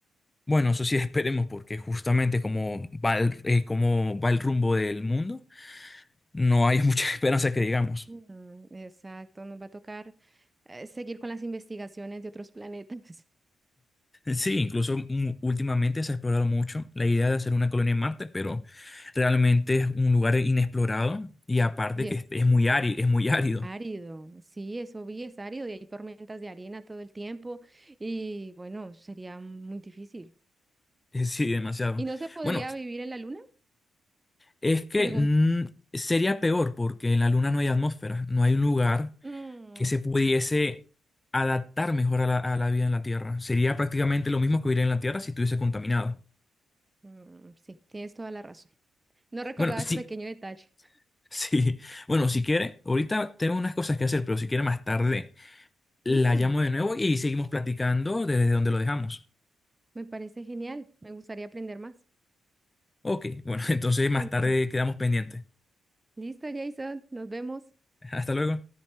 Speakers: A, on the left; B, on the right.
A: Bueno, eso sí <laughs> esperemos, porque justamente como va el, eh, como va el rumbo del mundo, no hay mucha <laughs> esperanza que digamos.
B: Mm, exacto, nos va a tocar eh, seguir con las investigaciones de otros planetas. <laughs>
A: Sí, incluso mm, últimamente se ha explorado mucho la idea de hacer una colonia en Marte, pero realmente es un lugar inexplorado y aparte
B: Y
A: que
B: es
A: este es muy árido, es muy árido.
B: Árido, sí, eso vi, es árido y hay tormentas de arena todo el tiempo y bueno, sería muy difícil.
A: <laughs> Sí, demasiado.
B: ¿Y no se podría
A: Bueno,
B: vivir en la luna?
A: es que
B: Pregunta.
A: mm, sería peor porque en la Luna no hay atmósfera, no hay un lugar
B: Mm,
A: que se pudiese adaptar mejor a la, a la vida en la Tierra. Sería prácticamente lo mismo que vivir en la Tierra si estuviese contaminado.
B: mm, sí, tienes toda la razón. No recordaba
A: Bueno, sí,
B: ese pequeño detalle.
A: <laughs> sí. Bueno, si quiere, ahorita tengo unas cosas que hacer, pero si quiere más tarde. La
B: Mm,
A: llamo de nuevo y seguimos platicando desde donde lo dejamos.
B: me parece genial, me gustaría aprender más.
A: Ok, bueno, <laughs> entonces más
B: Ok,
A: tarde quedamos pendientes.
B: Listo, Jason, nos vemos.
A: <laughs> Hasta luego.